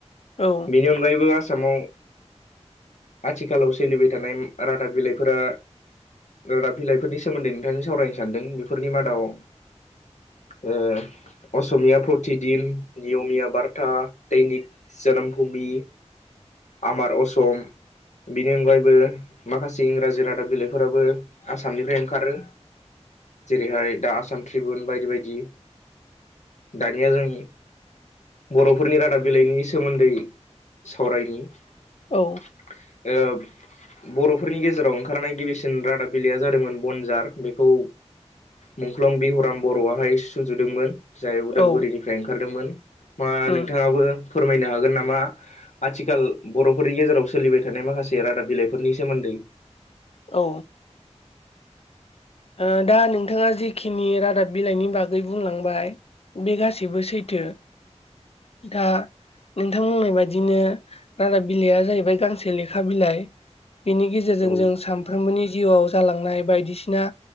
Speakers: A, on the left; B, on the left.
A: औ।
B: बेनि अनगायैबो आसामाव आथिखालाव सोलिबाय थानाय रादाब बिलाइफोरा रादाब बिलाइफोरनि सोमोन्दै नोंथांजों सावरायनो सानदों बेफोरनि मादाव ओ असमिया प्रति दिन, नियमिया बारथा, दैनिक जोनोम भुमि, आमार असम, बिनि अनगायैबो माखासे इंराजि रादाब बिलाइफोराबो आसामनिफ्राय ओंखारो जेरैहाय दा आसाम ट्रिबुन बायदि बायदि दानिया जों बर'फोरनि रादाब बिलाइनि सोमोन्दै सावरायनि
A: औ।
B: ओ बर'फोरनि गेजेराव ओंखारनाय गिबिसिन रादाब बिलाइया जादोंमोन बनजार। बेखौ मुंख्लं बिहराम बर'आहाय सुजुदोंमोन। जाय उदालगुरिनिफ्राय
A: औ
B: ओंखारदोंमोन मा
A: उम
B: नोंथाङाबो फोरमायनो हागोन नामा आथिखाल बर'फोरनि गेजेराव सोलिबाय थानाय माखासे रादाब बिलाइफोरनि सोमोन्दै?
A: औ। ओ दा नोंथाङा जेखिनि रादाब बिलाइनि बागै बुंलांबाय बे गासिबो सैथो दा नोंथां बुंनाय बायदिनो रादाब बिलाइआ जाहैबाय गांसे लेखा बिलाइ बेनि गेजेर
B: औ
A: गेजेरजों जों सानफ्रोमबोनि जिउआव जालांनाय बायदिसिना